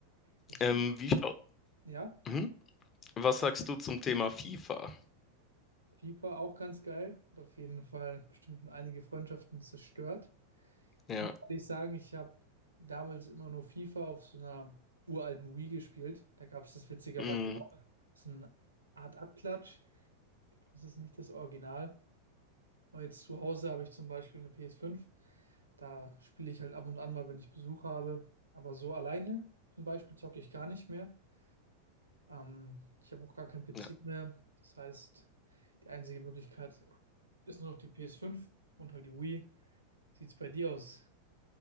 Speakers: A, on the right (about 80°); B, on the left (about 25°).
A: Bezug,
B: Ähm, wie, schau-
A: ja,
B: mhm. Was sagst du zum Thema FIFA?
A: FIFA auch ganz geil. Hat auf jeden Fall bestimmt schon einige Freundschaften zerstört.
B: Ja,
A: Ich muss ehrlich sagen, ich habe damals immer nur FIFA auf so einer uralten Wii gespielt. Da gab es das witzigerweise
B: mm,
A: auch so eine Art Abklatsch. Das ist nicht das Original. Aber jetzt zu Hause habe ich zum Beispiel eine PS5. Da spiele ich halt ab und an mal, wenn ich Besuch habe. Aber so alleine zum Beispiel zocke ich gar nicht mehr. Ähm, ich habe auch gar keinen PC
B: ja.
A: mehr. Das heißt, die einzige Möglichkeit ist nur noch die PS5 und halt die Wii. Sieht's bei dir aus?